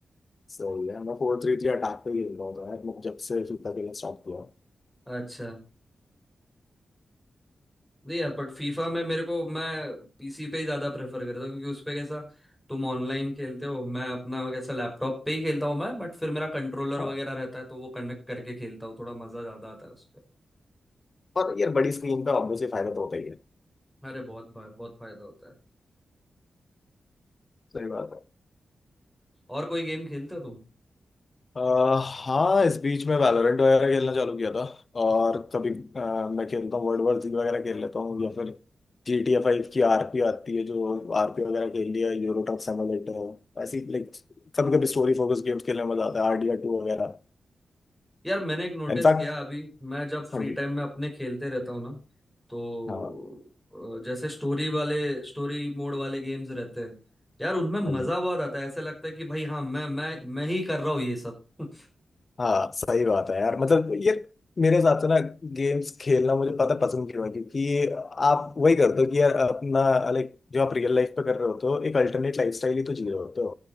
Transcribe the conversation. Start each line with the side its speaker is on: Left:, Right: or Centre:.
Left: सही है मैं फोर थ्री थ्री अटैक पे ही खेल रहा होता है मैं जब से फीफा खेलना स्टार्ट किया है।
Centre: अच्छा नहीं यार बट फीफा में मेरे को मैं पीसी पे ही ज्यादा प्रेफर करता हूँ क्योंकि उस पे कैसा तुम ऑनलाइन खेलते हो मैं अपना कैसा लैपटॉप पे ही खेलता हूँ मैं बट फिर मेरा कंट्रोलर
Left: हाँ
Centre: वगैरह रहता है तो वो कनेक्ट करके खेलता हूँ थोड़ा मजा ज्यादा आता है उस पे
Left: पर यार बड़ी स्क्रीन पे ऑब्वियसली फायदा तो होता ही है
Centre: अरे बहुत बहुत फायदा होता है
Left: सही बात है
Centre: और कोई गेम खेलते हो
Left: अह, हाँ इस बीच में वैलोरेंट वगैरह खेलना चालू किया था और कभी अह, मैं खेलता हूँ वर्ल्ड वॉर जी वगैरह खेल लेता हूँ या फिर जी टी ए फाइव की आरपी आती है जो आरपी वगैरह खेल लिया यूरो ट्रक सिमुलेटर ऐसी लाइक कभी कभी स्टोरी फोकस गेम्स खेलने में मजा आता है आर डी आर टू वगैरह
Centre: यार मैंने एक नोटिस
Left: इनफैक्ट
Centre: किया अभी मैं जब फ्री
Left: हाँ जी
Centre: टाइम में अपने खेलते रहता हूँ ना तो
Left: हाँ
Centre: अ, जैसे स्टोरी वाले स्टोरी मोड वाले गेम्स रहते हैं यार उनमें
Left: हाँ
Centre: मजा बहुत आता है ऐसे लगता है कि भाई हाँ मैं मैं मैं ही कर रहा हूँ ये सब <laughs>
Left: हाँ सही बात है यार
Centre: अ,
Left: मतलब ये मेरे हिसाब से ना गेम्स खेलना मुझे पता पसंद क्यों है क्योंकि आप वही करते हो कि यार अपना लाइक जो आप रियल लाइफ पे कर रहे होते हो एक अल्टरनेट लाइफ स्टाइल ही तो जी रहे होते हो